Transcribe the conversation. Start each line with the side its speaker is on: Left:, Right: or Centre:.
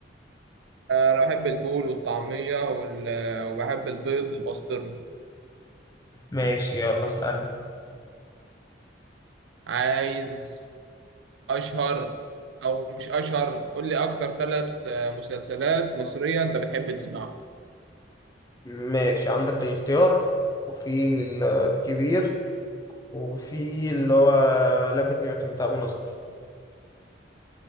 Right: آه، أنا بحب الفول والطعمية وال... آه، وبحب البيض بالبسطرمة
Left: ماشي يلا اسأل
Right: عايز أشهر أو مش أشهر قول لي أكتر ثلاث مسلسلات مصرية أنت بتحب تسمعها
Left: ماشي عندك الاختيار وفي الكبير وفي اللي هو لابد نيوتن بتاع منى زكي